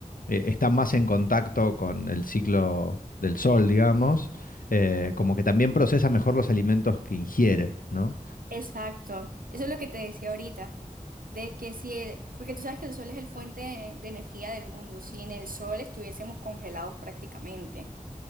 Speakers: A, on the left; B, on the right.
A: eh, están más en contacto con el ciclo del sol, digamos, eh, como que también procesa mejor los alimentos que ingiere, ¿no?
B: Exacto. Eso es lo que te decía ahorita, de que si el, porque tú sabes que el sol es el fuente de energía del mundo, si en el sol estuviésemos congelados prácticamente.